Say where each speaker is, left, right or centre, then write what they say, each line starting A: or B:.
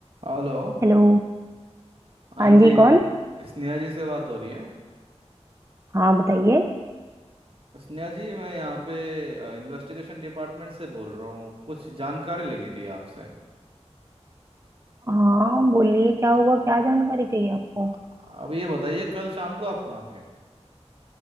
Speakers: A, on the right; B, on the right.
A: Hello
B: हेलो
A: हाँ
B: हाँ जी
A: जी
B: कौन
A: स्नेहा जी से बात हो रही है
B: हाँ बताइए
A: स्नेहा जी मैं यहाँ पे इन्वेस्टिगेशन डिपार्टमेंट से बोल रहा हूँ कुछ जानकारी लेनी थी आपसे आ-
B: हाँ बोलिए क्या हुआ क्या जानकारी चाहिए आपको
A: अब ये बताइए कल शाम को आप कहाँ थे